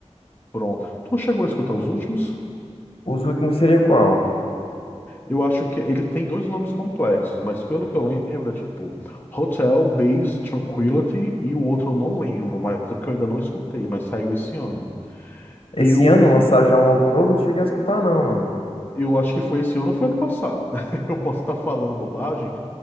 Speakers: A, on the left; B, on the left.
A: Pronto. Tu chegou a escutar os últimos?
B: Os últimos seria qual?
A: Eu acho que ele tem dois nomes complexos, mas pelo que eu lembro, é tipo Hotel Base Tranquility e o outro eu não lembro, mas é porque eu ainda não escutei, mas saiu esse ano.
B: Esse
A: Eu
B: ano lançaram já um álbum novo? Não cheguei a escutar, não, mano.
A: eu acho que foi esse ano, ou foi ano passado. <laughs> Eu posso estar falando bobagem,